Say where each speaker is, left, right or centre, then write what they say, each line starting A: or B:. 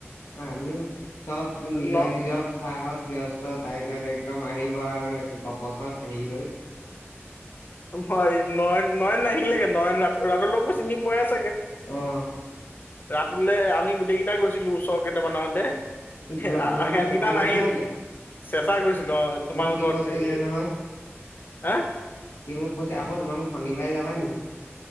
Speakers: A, on the left; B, on the left.
A: আমিও চব নিজৰ-
B: ন
A: নিজৰ ভাগত ব্যস্ত তাৰছতে একদম আহিব আৰু এক গপছত হেৰি হৈ
B: হয়, নয়ন- নয়ন নাহিলেকে নয়ন ৰা ৰাতুলক টো চিনি পোৱাই চাগে?
A: অহ
B: ৰাতুলে আমি গোটেই কেইটাই গৈছিলো ওচৰ কেইটামানতে সেয়া
A: যোৰা তোমালোক
B: সিহঁত
A: চেঁচা
B: কেইটা
A: গৈছিলা
B: নাহিল
A: নি
B: চেঁচা গৈছিলোঁ অ' তোমালোকৰ
A: মোক সি কৈছিলে
B: ডিগ্ৰীত,
A: নহয়
B: হা?
A: সি মোক কৈছে, আকৌ তোমালোক শনিবাৰে যাবা নি?